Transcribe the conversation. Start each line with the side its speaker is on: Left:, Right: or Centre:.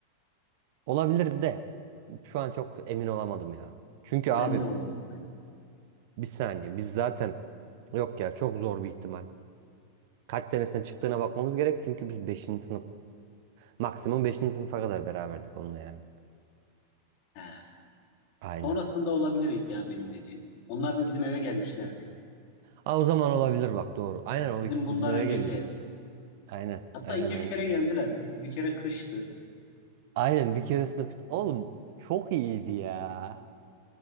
Right: Olabilir de şu an çok emin olamadım ya. Çünkü
Left: Ben
Right: abi
Left: de olamadım aynı.
Right: Bir saniye biz zaten yok ya çok zor bir ihtimal. Kaç senesine çıktığına bakmamız gerek çünkü biz beşinci sınıf maksimum beşinci sınıfa kadar beraberdik onunla yani.
Left: He.
Right: Aynen.
Left: Sonrasında olabilir ya benim dediğim. Onlar bir bizim eve gelmişlerdi.
Right: Aa, o zaman olabilir bak doğru. Aynen o
Left: Bizim
Right: ikisi
Left: bundan
Right: bizim eve
Left: önceki
Right: geldi.
Left: ev.
Right: Aynen
Left: Hatta
Right: aynen
Left: iki
Right: aynen.
Left: üç kere geldiler. Bir kere kıştı.
Right: Aynen bir keresinde oğlum çok iyiydi ya.